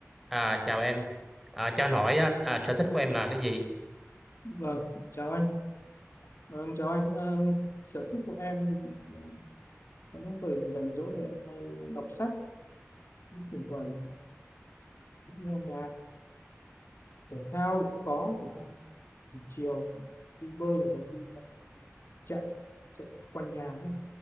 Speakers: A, in the centre; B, on the left (about 55°).
A: À, chào em. À, cho anh hỏi á, à, sở thích của em là cái gì?
B: Vâng, chào anh. Vâng, chào anh. Ờ, sở thích của em thì ờ, có những thời rảnh rỗi thì em hay đọc sách, thỉnh thoảng nghe nhạc, thể thao thì cũng có, thể thao buổi chiều đi bơi hoặc là đi chạy, chạy quanh nhà hết.